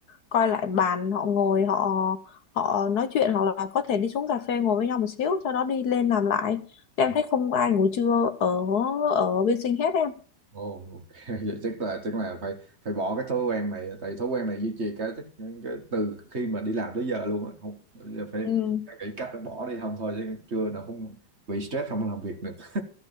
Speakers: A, on the left; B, on the right.
A: coi lại bàn họ ngồi họ họ nói chuyện hoặc là có thể đi xuống cà phê ngồi với nhau một xíu sau đó đi lên làm lại Thì em
B: Ừ.
A: thấy không có ai ngủ trưa ở ở bên sinh hết em
B: Ồ, ok. <laughs> Vậy chắc là chắc là phải phải bỏ cái thói quen này tại thói quen này duy trì cái, chắc- cái từ khi mà đi làm tới giờ luôn á không giờ phải
A: ừ
B: phải nghĩ cách để bỏ đi không thôi chứ chưa là không bị stress không làm việc được <laughs>